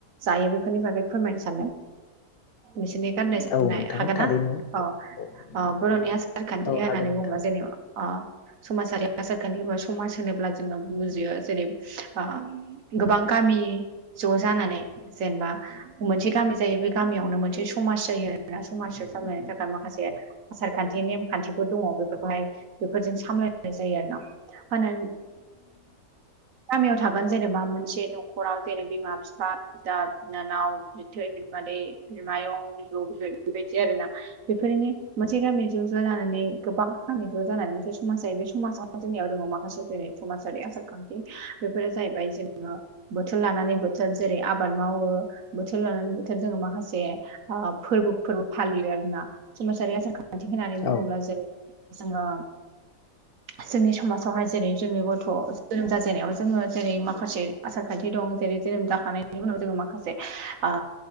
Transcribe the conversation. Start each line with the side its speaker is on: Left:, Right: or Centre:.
Right: जायो बेफोरनि बागै फोरमायनो सानदों बेसोरनि गाननाय जोमनाय
Left: औ नोंथां
Right: हागोना
Left: थारैनो
Right: अ
Left: औ
Right: अ बर'नि
Left: औ
Right: आसारखान्थि
Left: औ
Right: होननानै
Left: हागोन नोंथां
Right: बुंब्ला जेनेबा अ समाजारि आसारखान्थि समाज होनोब्ला जोङो बुजियो जेरै ओ गोबां गामि ज' जानानै जेनबा मोनसे गामि जायो बे गामियावनो मोनसे समाज जायो समाज सामलायनायनि थाखाय माखासे आसारखान्थि नेम खान्थिफोर दङ बेफोरखौहाय बेफोरजों सामलायनाय जायो आरो ना होननानै गामियाव थागोन जेनेबा मोनसे न'खराव जेनेब बिमा बिफा। बिदा बिनानाव बिथै बिमादै बिमायं बिबौ बिबौ बेबायदि आरोना। बेफोरनि मोनसे गामि ज' ज' जानानै गोबां गामि ज' जानानै मोनसे समाज जायो बे समाजाव। जोंनियाव दङ माखासे जेरै समाजारि आसार खान्थि बेफोरो जाहैबाय जोङो। बोथोर लानानै बोथोर जेरै आबाद मावो बोथोर लानानै बोथोर जोङो माखासे। ओ फोरबोफोरबो फालियो आरोना समाजारि आसार खान्थि होननानै बुङोब्ला
Left: औ
Right: जो। जोङो। जोंनि समाजावहाय जेरै जोंनि गथ' जोनोम जाजेननायाव जोङो जेरै माखासे। आसार खान्थि दं जेरै जोनोम जाखांनायनि उनाव जोङो माखास‌े ओ